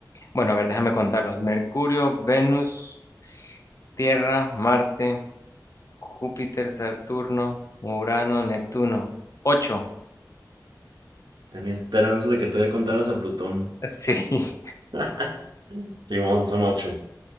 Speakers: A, on the left; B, on the right.
A: Bueno, a ver, déjame contarlos. Mercurio, Venus, Tierra, Marte. Júpiter, Saturno, Urano, Neptuno. Ocho.
B: Tenía esperanzas de que todavía contaras a Plutón.
A: Sí, <laughs>
B: <laughs> Simón, son ocho.